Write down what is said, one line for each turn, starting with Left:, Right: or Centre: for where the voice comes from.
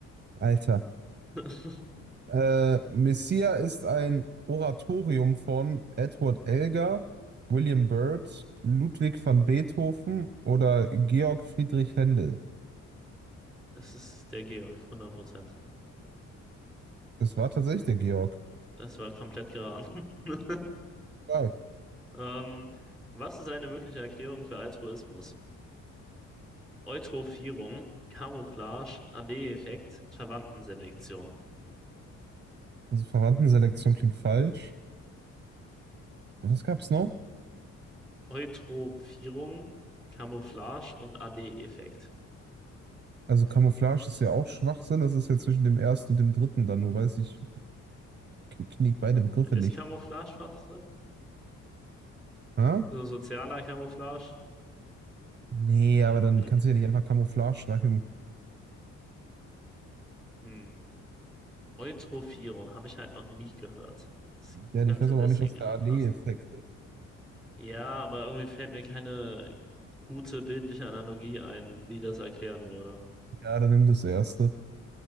Right: Alter.
Centre: <laughs>
Right: Äh, Messia ist ein Oratorium von Edward Elgar, William Byrd, Ludwig van Beethoven oder Georg Friedrich Händel.
Centre: Es ist der Georg, hundert Prozent.
Right: Es war tatsächlich der Georg.
Centre: Es war komplett geraten. <laughs>
Right: Stark.
Centre: Ähm, was ist eine mögliche Erklärung für Altruismus? Eutrophierung, Camouflage, Allee-Effekt, Verwandtenselektion.
Right: Also Verwandtenselektion klingt falsch. Was gab's noch?
Centre: Eutrophierung, Camouflage und Allee-Effekt.
Right: Also Camouflage ist ja auch Schwachsinn. Das ist ja zwischen dem ersten und dem dritten dann. Nur weiß ich, kenne ich beide Begriffe
Centre: Ist
Right: nicht.
Centre: Camouflage Schwachsinn?
Right: Ha?
Centre: So sozialer Camouflage?
Right: Nee, aber dann
Centre: <laughs>
Right: kannst du ja nicht einfach Camouflage schreiben.
Centre: Hm. Eutrophierung habe ich halt noch nie gehört. Das
Right: Ja,
Centre: könnte
Right: ich weiß aber
Centre: deswegen
Right: auch nicht, was
Centre: irgendwie
Right: der Allee-Effekt
Centre: passen.
Right: ist.
Centre: Ja, aber irgendwie fällt mir keine gute bildliche Analogie ein, die das erklären würde.
Right: Ja, dann nimm das erste.